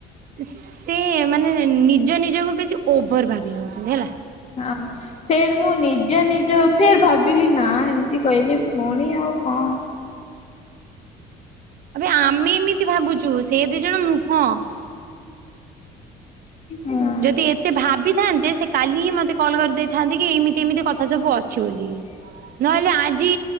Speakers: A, on the right; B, on the left.
A: ସେ ମାନେ ନିଜ ନିଜକୁ ବେଶୀ ଓଭର ଭାବି ନଉଛନ୍ତି ହେଲା।
B: ହଁ ଫେର ମୁଁ ନିଜ ନିଜ ଫେର ଭାବିଲି ନା ଏମତି କହିଲେ ଭୋଉଣୀ ଆଉ କ
A: ଆବେ ଆମେ ଏମିତି ଭାବୁଚୁ ସେ ଦି ଜଣ ନୁହଁ।
B: ହଁ।
A: ଯଦି ଏତେ ଭାବିଥାନ୍ତେ ସେ କାଲି ହିଁ ମତେ କଲ କରିଦେଇଥାନ୍ତେ କି ଏମିତି ଏମିତି କଥା ସବୁ ଅ ଛି ବୋଲି, ନହେଲେ ଆଜି